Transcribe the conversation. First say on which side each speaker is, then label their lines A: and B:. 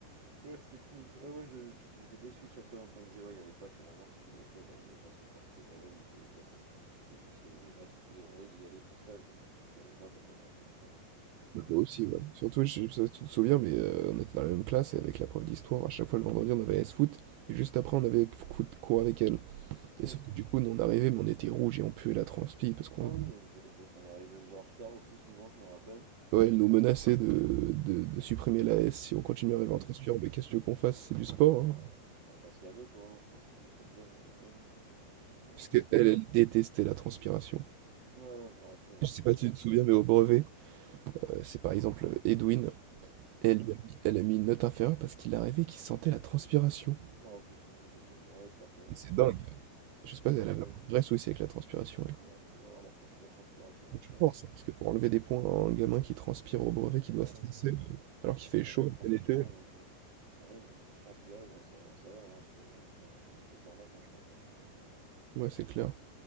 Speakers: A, on the right; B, on the right.
A: Ouais, c'était cool. Ouais, ouais, je- je- j'étais déçu chacun quand il disait ouais, il y avait pas finalement, parce que des fois, bah, il y avait pas parce que le prof était pas là ou il pouvait pas, ça, ça. J'étais, parce que j'avais hâte tous les vendredis d'y aller pour ça, et quand il y avait pas, bah, j'avais un peu le seum, hein, je t'avoue. je-
B: Bah,
A: je t'avoue.
B: Moi aussi, ouais. Surtout, je sais pas si tu te souviens, mais euh, on était dans la même classe et avec la prof d'histoire. À chaque fois, le vendredi, on avait S-Foot. Et juste après, on avait foot- cours avec elle.
A: Hum.
B: Et sauf que du coup, nous, on arrivait, mais on était rouge et on puait la transpi parce qu'on.
A: Ah oui, euh, j'avais fait, on arrivait déjà en retard aussi, souvent, je me rappelle.
B: Ouais, elle nous menaçait de, de, de supprimer la S si on continue à arriver
A: Ah.
B: en transpirant. Mais qu'est-ce que tu veux qu'on fasse? C'est du sport,
A: Ouais,
B: hein.
A: on on va pas se laver quoi, hein, de toute façon, il n'y a pas de lave, hein, faut, faut qu'on aille
B: Parce
A: en cours
B: qu'elle,
A: quoi.
B: elle détestait la transpiration.
A: Ouais, je me rappelle, on
B: Je sais
A: pouvait
B: pas si
A: aller
B: tu
A: en
B: te
A: cours.
B: souviens, mais au brevet, euh, c'est par exemple Edwin, et
A: Mhm.
B: elle lui a mis, elle a mis une note inférieure parce qu'il arrivait qu'il sentait la transpiration.
A: Oh, ça c'est ça, c'est une dinguerie de faire ça aussi,
B: C'est
A: hein.
B: dingue. Je sais pas si
A: Se
B: elle avait
A: relève,
B: un vrai souci avec la transpiration, elle.
A: ouais, de avoir la phobie de la transpiration, je
B: Je
A: pense.
B: pense,
A: hein.
B: hein, parce que pour enlever des points à un gamin qui transpire au brevet, qui doit
A: Ah
B: stresser,
A: oui, tu
B: euh, alors qu'il fait
A: as
B: chaud
A: le droit de
B: en
A: transpirer.
B: plein été.
A: hein. Ah oui, en plus transpirer, bon, ça, ça va, hein, un peu, ça, tout le monde peut s'en remettre, hein, je pense, hein, franchement.
B: Ouais, c'est clair.